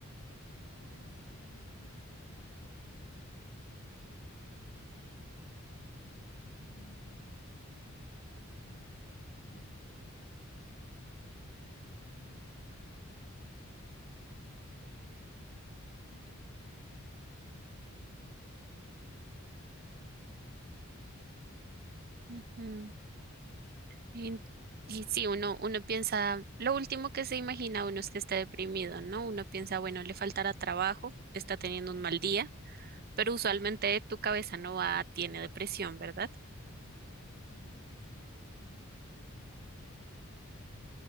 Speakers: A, on the left; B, on the right.
A: Pues digamos que en ese momento éramos muy ignorantes del tema. Él, a él llamaba a toda la familia, eh, siempre estaba, en- al menos estaba en comunicación, que pues digamos que era algo entre comillas favorable, pero fueron señales que nosotros no identificamos. Y dentro de esa eh, comunicación nos decía que se sentía solo y que se sentía inútil.
B: Ujú. Y, y sí, uno, uno piensa, lo último que se imagina uno es que esté deprimido, ¿no? Uno piensa, bueno, le faltará trabajo, está teniendo un mal día, pero usualmente tu cabeza no va, tiene depresión, ¿verdad?
A: En especial, piensas que ya se le va a pasar.